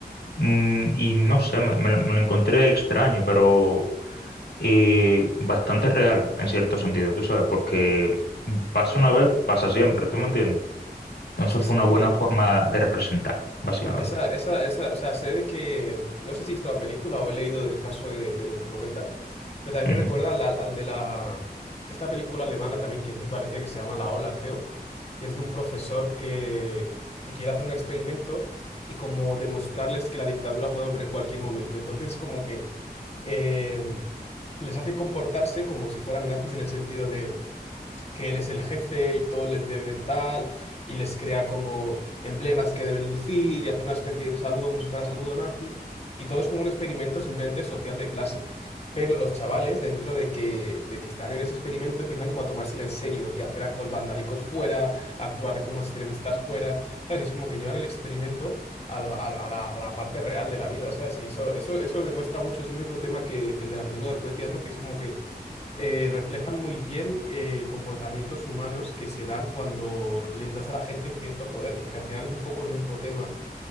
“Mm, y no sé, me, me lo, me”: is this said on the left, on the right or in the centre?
Left